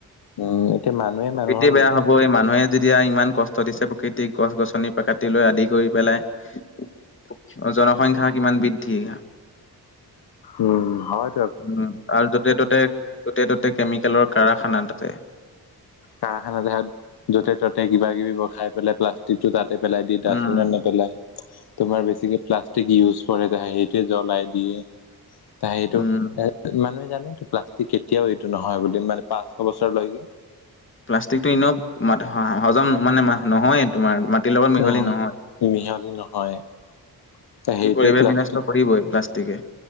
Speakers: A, on the left (about 75°); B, on the left (about 30°).
A: উম, এতিয়া মানুহে
B: প্ৰকৃতি
A: মানুহৰ
B: বেয়া হ'ব এই মানুহে যেতিয়া ইমান কষ্ট দিছে প্ৰকৃতিক গছ গছনি কাটি লৈ আদি কৰি পেলাই। জনসংখ্যা কিমান বৃদ্ধি?
A: উম হয়।
B: উম আৰু য'তে-ত'তে, য'তে-ত'তে কেমিকেলৰ কাৰাখানা তাতে।
A: কাৰখানাতে হক, য'তে ত'তে কিবা কিবি বোৰ খাই পেলাই প্লাষ্টিক টো তাত য'তে ত'তে পেলাই দিয়ে,
B: উম
A: দাষ্টবিনত নেপেলায়। তোমাৰ বেছিকে প্লাষ্টিক ইউচ কৰণ সেইটোৱে জ্বলাই দিয়ে ত সেইটো
B: উম
A: মানুহে জন প্লাষ্টিক কেতিয়াও এইটো নহয় বুলি মানে পাঁচশ বছৰলৈকে
B: প্লাষ্টিকটো এনেও হজম মানে, নহয়ে তোমাৰ। মাটিৰ লগত মিহলি
A: উম
B: নহয়
A: মিহলি নহয়। ত সেইটোৱে
B: কি পৰিৱেশ
A: প্লাষ্টিক
B: বিনষ্ট কৰিবই প্লাষ্টিকে।